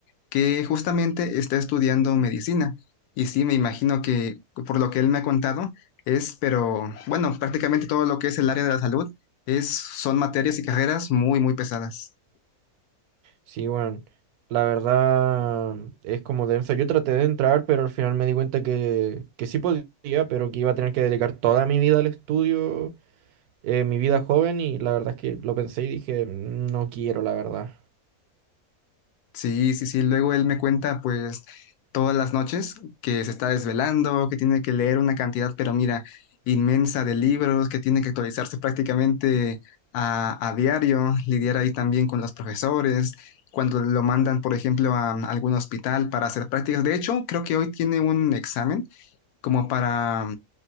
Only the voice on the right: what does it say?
Sí, bueno, la verdad mm, es como densa. Yo traté de entrar, pero al final me di cuenta que, que sí podía, pero que iba a tener que dedicar toda mi vida al estudio, eh, mi vida joven, y la verdad es que lo pensé y dije, "Mm, no quiero, la verdad.